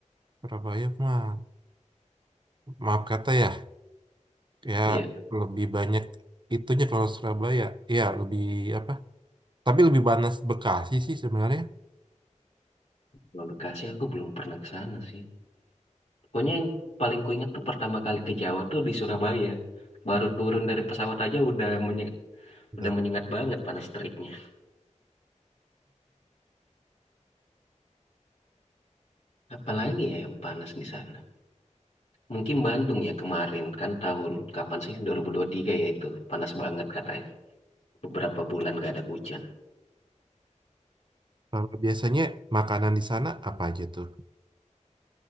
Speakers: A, on the right; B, on the left.
A: Surabaya mah, maaf kata ya, ya
B: Iya,
A: lebih banyak itunya kalau Surabaya, ya lebih apa? Tapi lebih panas Bekasi sih sebenarnya.
B: kalau Bekasi aku belum pernah ke sana sih. Pokoknya yang paling kuingat tuh pertama kali ke Jawa tuh di Surabaya. Baru turun dari pesawat aja udah menye-
A: Betul.
B: udah menyengat banget panas teriknya. Apalagi ya yang panas di sana. Mungkin Bandung ya kemarin kan tahun kapan sih dua ribu dua ribu tiga ya itu panas banget katanya. Beberapa bulan gak ada hujan.
A: Kalau biasanya makanan di sana apa aja tuh